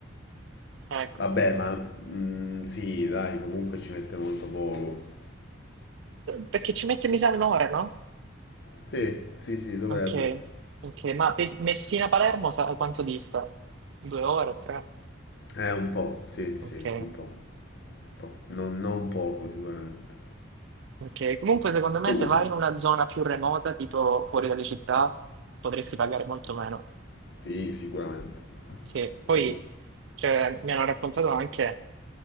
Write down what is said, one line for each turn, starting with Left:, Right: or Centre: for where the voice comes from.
Right: Ecco,
Left: vabbè, ma mm, sì, dai, comunque ci mette molto poco.
Right: perché ci mette mi sa un'ora, no?
Left: Sì, sì, sì, dovrebbe.
Right: Ok, ok, ma Pes- Messina-Palermo sa quanto dista? Due ore, tre?
Left: Eh, un po', sì, sì,
Right: Ok.
Left: sì, un po'. Un po'. Non, non poco sicuramente.
Right: Ok, comunque secondo me
Left: Comunque,
Right: se vai in una zona più remota, tipo fuori dalle città, potresti pagare molto meno.
Left: sì, sicuramente.
Right: Sì,
Left: Sicuramente.
Right: poi cioè, mi hanno raccontato anche